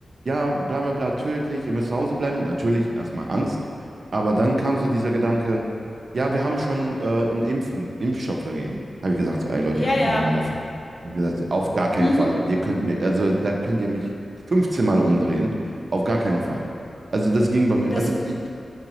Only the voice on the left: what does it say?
Ja,
ja.
Mhm.
Das